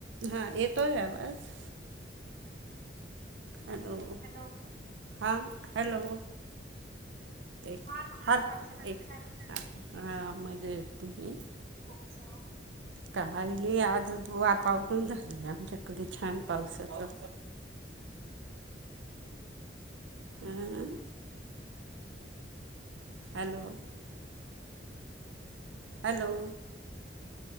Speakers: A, on the right; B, on the right.
A: हा येतोय आवाज? हॅलो.
B: हॅलो.
A: हां हॅलो. एक
B: हा नमस्कार
A: हर
B: ताई कशा
A: एक
B: आहेत तुम्ही
A: हा म्हणजे तुम्ही.
B: स
A: काही नाही आज वातावरण झालंय आमच्याकडे छान पावसाचं. हम. Hello. Hello.